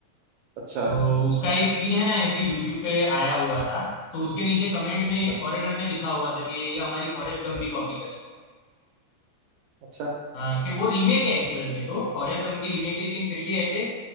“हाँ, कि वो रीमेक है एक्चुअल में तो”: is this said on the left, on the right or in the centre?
Left